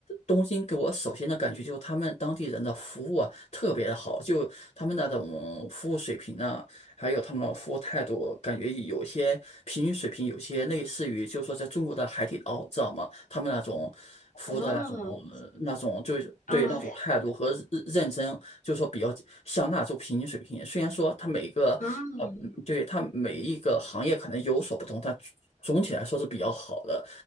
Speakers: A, on the left (about 60°); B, on the left (about 80°).
A: 东京给我首先的感觉就是他们当地人的服务啊特别的好，就他们那种服务水平呢。还有他们的服务态度，感觉有些平均水平，有些类似于就是说在中国的海底捞，知道吗？他们那种服务的那种呃那种就是对那种态度和认认真，
B: 哦，嗯，
A: 就是说比较像那种平均水平。虽然说它每一个呃，
B: 嗯，
A: 嗯对它每一个行业可能有所不同，但总体来说是比较好的。